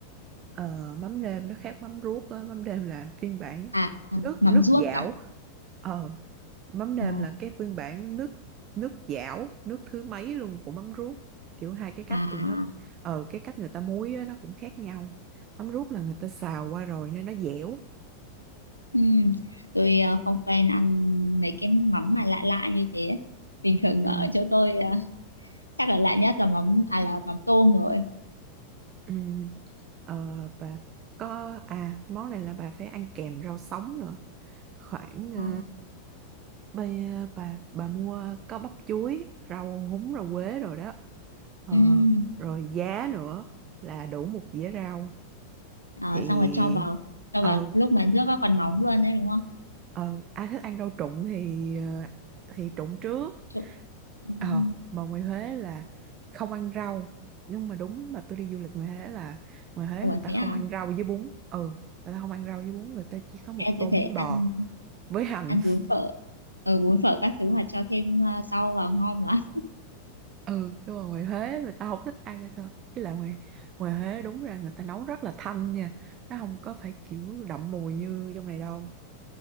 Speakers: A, on the right (about 35°); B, on the left (about 85°).
A: Ờ, mắm nêm nó khác mắm ruốc á. Mắm nêm là phiên bản
B: À, à
A: nước
B: mắm
A: nước
B: ruốc
A: dảo
B: à?
A: ờ mắm nêm
B: Ồ,
A: là cái phiên bản nước nước dảo nước thứ mấy luôn của mắm ruốc kiểu hai cái cách
B: à,
A: tụi nó ờ cái cách người ta muối á, nó cũng khác nhau mắm ruốc là người ta xào qua rồi nên nó dẻo
B: ừm, tôi ờ, không quen ăn mấy cái mắm mà lạ lạ như thế. ấy. Bình thường
A: ừ
B: ở chỗ tôi ờ, chắc là lạ nhất là mắm à là mắm tôm rồi.
A: ừ ờ bà có à món này là bà phải ăn kèm rau sống nữa khoảng
B: Ờ,
A: ờ, bây ờ, bà bà mua có bắp chuối rau húng rau quế rồi đó Ờ,
B: ừm,
A: rồi giá nữa là đủ một dĩa rau
B: Đó,
A: thì
B: xong rồi cho vào cho
A: ờ
B: vào lúc mà nước nó còn nóng luôn đấy đúng không?
A: ờ ai thích ăn rau trụng thì ờ, thì trụng trước
B: Trụng. Ừm.
A: ờ mà ngoài Huế là không ăn rau nhưng mà đúng mà tôi đi du lịch ngoài Huế là ngoài Huế
B: Ủa
A: người ta
B: thế
A: không
B: à?
A: ăn rau với bún ừ người ta không ăn rau với bún người ta chỉ có một
B: Em
A: tô
B: có thể
A: bún
B: ăn
A: bò với hành
B: ăn bún phở ừ, bún phở các thứ mà cho thêm à, rau vào ngon lắm
A: ừ nhưng mà ngoài Huế người ta không thích ăn hay sao chứ là ngoài ngoài Huế đúng ra người ta nấu rất là thanh nha nó không có phải kiểu đậm mùi như trong này đâu